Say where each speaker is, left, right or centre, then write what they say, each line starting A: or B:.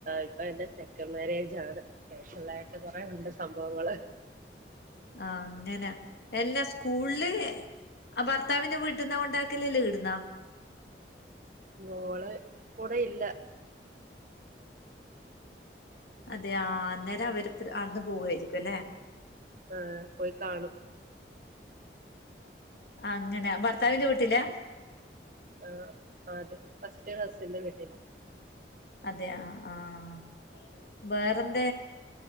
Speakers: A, on the right; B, on the left.
A: ഇപ്പൊ എന്റെ സെക്കൻ്റ് മാരേജ് ആണ് പേഴ്സണലായിട്ട് കൊറെേ ഉണ്ട് സംഭവങ്ങള്
B: ആഹ അങ്ങനാ എല്ലാ സ്കൂളില് ഭർത്താവിന്റെ വീട്ടിൽന്നാ കൊണ്ടാക്കലേ അല്ലേ ഇവീടുന്നാ
A: മോള് കൂടെ ഇല്ല
B: അതെ അന്നേരം അവര് അവിടുന്ന് പോവായിരിക്കും അല്ലെ
A: ആഹ് പോയി കാണും
B: അങ്ങനെ ഭർത്താവിന്റെ വീട്ടിലാ
A: ആഹ അതെ ഫസ്റ്റ് ഹസിന്റെ വീട്ടില്ല
B: അതെ ആഹ് ആഹ് വേറെന്ത